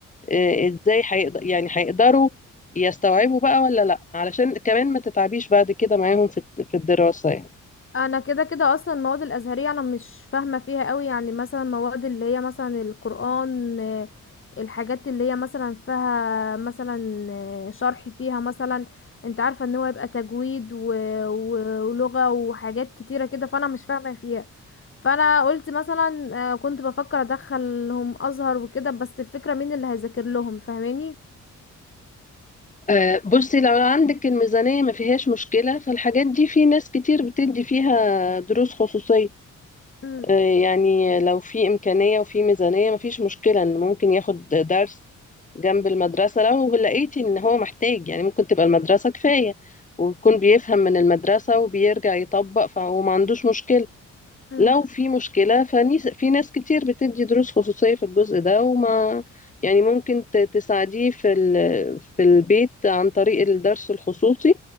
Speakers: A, on the left (about 25°); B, on the left (about 40°).
A: آه، ازاي هيقدر يعني هيقدروا يستوعبوا بقى ولا لا علشان كمان ما تتعبيش بعد كده معاهم في الت- في الدراسه يعني
B: انا كده كده اصلا المواد الازهريه انا مش فاهمه فيها قوي يعني مثلا مواد اللي هي مثلا القران آه، الحاجات اللي هي مثلا فيها مثلا آه، شرح فيها مثلا انت عارفه ان هو يبقى تجويد و... و... ولغه وحاجات كتيره كده فانا مش فاهمه فيها فانا قلت مثلا آه، كنت بفكر ادخلهم ازهر وكده بس الفكره مين اللي هيذاكر لهم فاهماني
A: آه، بصي لو عندك الميزانية ما فيهاش مشكلة فالحاجات دي في ناس كتير بتدي فيها دروس خصوصية
B: مم،
A: آه، يعني لو في إمكانية وفي ميزانية ما فيش مشكلة إن ممكن ياخد درس جنب المدرسة لو لقيتي إن هو محتاج يعني ممكن تبقى المدرسة كفاية ويكون بيفهم من المدرسة وبيرجع يطبق فهو ما عندوش مشكلة
B: مم،
A: لو في مشكلة فنيس في ناس كتير بتدي دروس خصوصية في الجزء ده وما يعني ممكن ت- تساعديه في ال... في البيت عن طريق الدرس الخصوصي